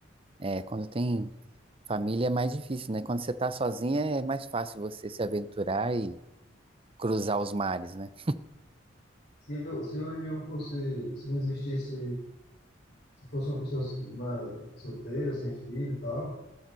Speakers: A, on the right; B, on the left.
A: é, É, quando tem família é mais difícil, né? Quando você tá sozinha é mais fácil você se aventurar e cruzar os mares, né?
B: Se, eu, se hoje eu fosse, se não existisse, se fosse uma pessoa uma solteira, sem filho e tal,